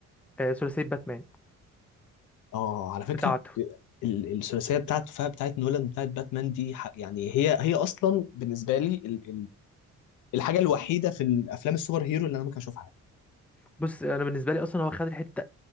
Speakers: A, in the centre; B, on the left (about 80°).
A: آه، ثلاثيه باتمان
B: اه على فكره
A: بتاعته
B: ال- الثلاثيه بتاعته فيها بتاعت نولان بتاعت باتمان دي ح- يعني هي هي اصلا بالنسبه لي ال ال الحاجه الوحيده في الافلام السوبر هيرو اللي انا ممكن اشوفها
A: بص انا بالنسبه لي اصلا هو خد الحته